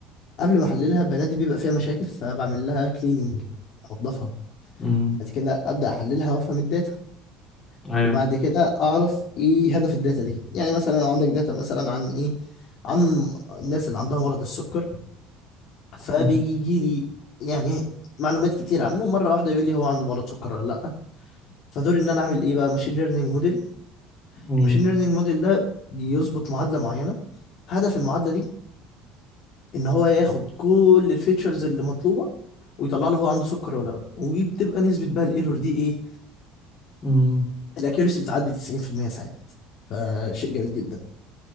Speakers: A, on the left (about 50°); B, on the left (about 25°).
A: قبل ما احللها البيانات دي بيبقى فيها مشاكل فبعمل لها كليننج انضفها
B: امم
A: بعد كده ابدا احللها وافهم الداتا
B: ايوه
A: وبعد كده اعرف ايه هدف الداتا دي يعني مثلا لو عندك داتا مثلا عن ايه عن الناس اللي عندها مرض السكر فبيجي
B: امم
A: يجي لي يعني معلومات كتير عنه مره واحده يقول لي هو عنده مرض سكر ولا لا فدوري ان انا اعمل ايه بقى ماشين ليرنينج موديل
B: امم،
A: ماشين ليرنينج موديل ده بيظبط معادله معينه هدف المعادله دي ان هو ياخد كل الفيتشرز اللي مطلوبه ويطلع له هو عنده سكر ولا لا وبتبقى نسبه بقى الايرور دي ايه
B: امم.
A: الاكيورسي بتعدي 90% ساعات فشيء جميل جدا